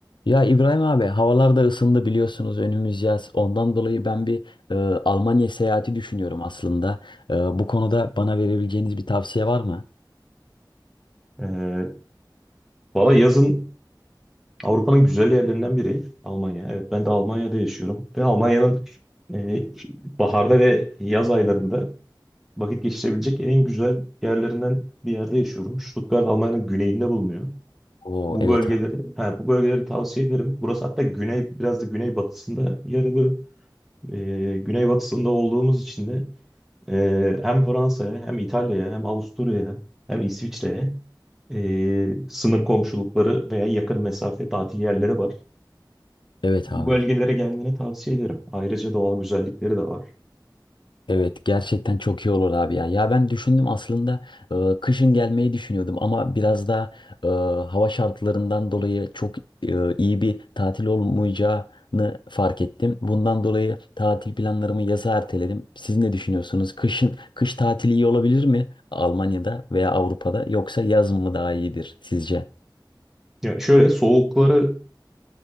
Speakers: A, on the left (about 75°); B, in the centre.
A: Ya İbrahim abi havalar da ısındı biliyorsunuz önümüz yaz. Ondan dolayı ben bir e, Almanya seyahati düşünüyorum aslında. E, bu konuda bana verebileceğiniz bir tavsiye var mı?
B: Ee, valla yazın Avrupa'nın güzel yerlerinden biri Almanya. Evet ben de Almanya'da yaşıyorum ve Almanya'nın e, baharda ve yaz aylarında vakit geçirebilecek en güzel yerlerinden bir yerde yaşıyorum. Stuttgart Almanya'nın güneyinde bulunuyor.
A: Oo
B: Bu
A: evet
B: bölgeleri,
A: a-
B: ha, bu bölgeleri tavsiye ederim. Burası hatta güney, biraz da güneybatısında yer alıyor. Ee, güneybatısında olduğumuz için de Ee, hem Fransa'ya hem İtalya'ya hem Avusturya'ya hem İsviçre'ye ee, sınır komşulukları veya yakın mesafe tatil yerleri var.
A: evet
B: Bu
A: abi.
B: bölgelere gelmeni tavsiye ederim. Ayrıca doğal güzellikleri de var.
A: Evet gerçekten çok iyi olur abi ya. Ya ben düşündüm aslında e, kışın gelmeyi düşünüyordum ama biraz da e, hava şartlarından dolayı çok e, iyi bir tatil olmayacağını fark ettim. Bundan dolayı tatil planlarımı yaza erteledim. Siz ne düşünüyorsunuz? Kışın kış tatili iyi olabilir mi Almanya'da veya Avrupa'da yoksa yaz mı daha iyidir sizce?
B: Ya şöyle soğukları